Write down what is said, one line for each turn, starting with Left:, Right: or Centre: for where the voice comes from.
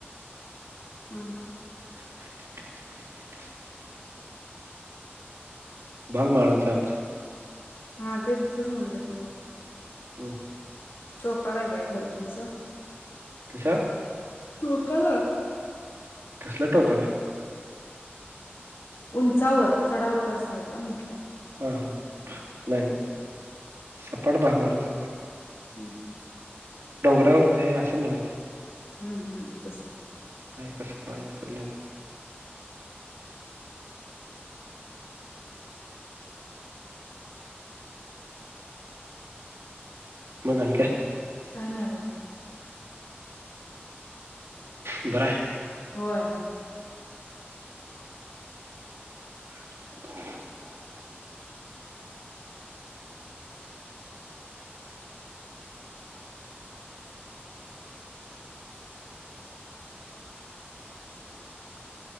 Left: हं हं!
Right: <inaudible> भाग माळाचा आहे आमचा.
Left: हा तेच तसंच म्हनलं की मग.
Right: हं!
Left: टोपाला आहे का घर तुमचं?
Right: कसं?
Left: टोकाला?
Right: कसल्या टोकाला?
Left: उंचावर चढावर असं आहे का म्हटलं.
Right: हा हा नाही नाही, सपाट भागावरच
Left: हं हं
Right: रावरती आहे असं, म्हणा की.
Left: हं हं तसं!
Right: तसं <inaudible> पडलेलं. मग आणि काय?
Left: काय नाही बघा.
Right: बर हाय!
Left: होय!
Right: <inaudible>